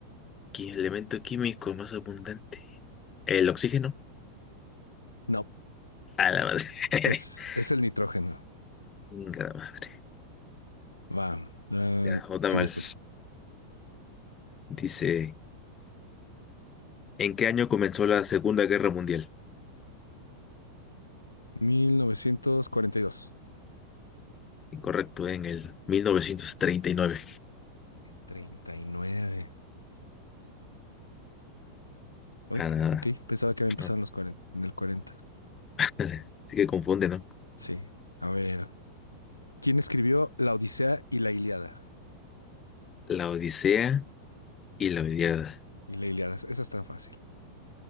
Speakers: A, on the left (about 25°); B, on the left (about 85°).
A: ¿Qué elemento químico más abundante? El oxígeno.
B: No,
A: A la madre.
B: Es,
A: <laughs>
B: es el nitrógeno.
A: Venga, la madre.
B: Va. ah,
A: Ya, otra
B: sigues
A: mal.
B: tú.
A: Dice, ¿en qué año comenzó la Segunda Guerra Mundial?
B: 1942.
A: Incorrecto, en el 1939.
B: 39. Uy,
A: Ah, nada.
B: ok, pensaba que había empezado
A: No.
B: en los 40, en el 40.
A: <laughs> Sí que confunde, ¿no?
B: Sí. A ver. ¿Quién escribió La Odisea y la Ilíada?
A: La Odisea y la Iliada.
B: Y la Ilíada, esa es tan fácil.